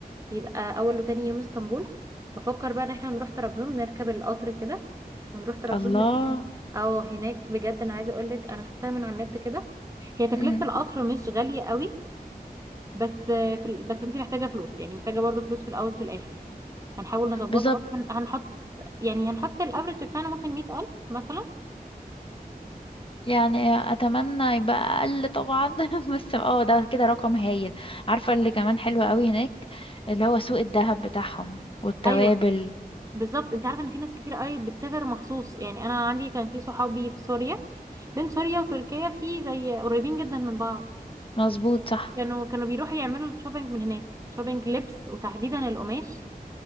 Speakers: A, on the right; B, on the left.
A: يبقى اول وتاني يوم اسطنبول بفكر بقى ان احنا نروح طرابزون نركب القطر كده ونروح طرابزون
B: الله
A: لأن- اه هناك بجد انا عايزه اقول لك انا شفتها من على النت كده هي تكلفه
B: مم.
A: القطر مش غاليه قوي بس في ال... بس انت محتاجه فلوس يعني محتاجه برضو فلوس في الاول في الاخر هنحاول نظبطها
B: بالظبط
A: برضو هن... هنحط يعني هنحط الافرج بتاعنا ممكن 100000 مثلا
B: يعني اتمنى يبقى اقل طبعا <laughs> بس اه ده كده رقم هايل عارفة اللي كمان حلو قوي هناك اللي هو سوق الذهب بتاعهم والتوابل
A: ايوه بالظبط انت عارفه ان في ناس كتير قوي بتسافر مخصوص يعني انا عندي كان في صحابي في سوريا بين سوريا وتركيا في زي قريبين جدا من بعض
B: مظبوط صح
A: كانوا كانوا بيروحوا يعملوا الشوبينج من هناك شوبينج لبس وتحديدا القماش